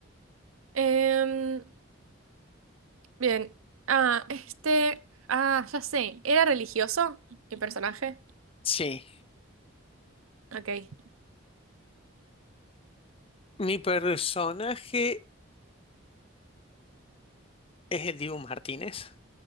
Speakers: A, on the right; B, on the left.
A: Em, bien. Ah, este. Ah, ya sé. ¿Era religioso mi personaje?
B: sí.
A: Ok.
B: Mi personaje es el Dibu Martínez.